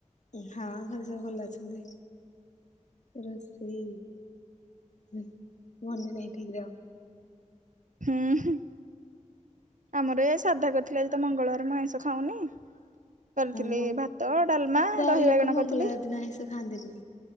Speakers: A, on the left; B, on the right.
A: ହଁ, ଘରେ ସବୁ ଭଲ ଅଛନ୍ତି। ରୋଷେଇ, ହୁଁ, ମନେ ନାହିଁ ଠିକରେ ଆଉ।
B: ହୁଁ, ହୁଁ। ଆମର ଏ ସାଧା କରିଥିଲୁ, ଆଜି ତ ମଙ୍ଗଳବାର ଆଇଁଷ ଖାଉନି। କରିଥିଲି
A: ହଁ
B: ଭାତ, ଡାଲମା,
A: ପ୍ରାୟ
B: ଦହି
A: ଲୋକ
B: ବାଇଗଣ
A: ମଙ୍ଗଳବାର
B: କରିଥିଲି
A: ଦିନ ଆଇଁଷ ଖାଆନ୍ତିନି।